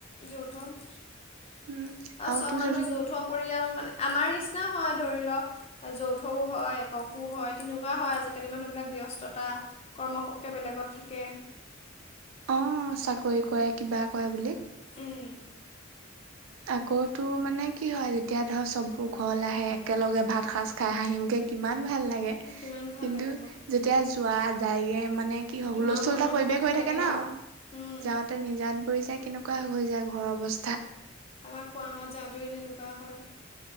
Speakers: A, on the left; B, on the right.
A: যৌথৱ আৰু
B: উম আৰু
A: চব
B: তোৰ চাবিচোন
A: মানুহ যৌথৱ পৰিয়াল মানে আমাৰ নিচিনাও হয় ধৰি ল যৌথও হয়। ককু হয় তেনেকুৱা হয় আজিকালি মানুহবিলাক ব্যস্ততা কৰ্মসূত্ৰে বেলেগত থাকে।
B: অ চাকৰি কৰে কিবা কৰে বুলি।
A: উম।
B: আকৌ তো মানে কি হয় যেতিয়া ধৰ চববো ঘৰলে আহে। একেলগে ভাত সাজ খাই হাঁহিমুখে কিমান ভাল লাগে।
A: কিমান ভাল
B: কিন্তু
A: লাগে বাৰু
B: তিয়া যোৱা যায়গে মানে কি হয়
A: কিমান
B: হুলস্থুল
A: মনত
B: এটা পৰিৱেশ
A: কিমান দুখ
B: হৈ থাকে
A: লাগে
B: ন
A: উম,
B: যাওঁতে নিজান যায় কেনেকুৱা হৈ যায় ঘৰৰ অৱস্থা।
A: আমাৰ খোৱাহঁত যাওঁতে তেনেকুৱা হয়।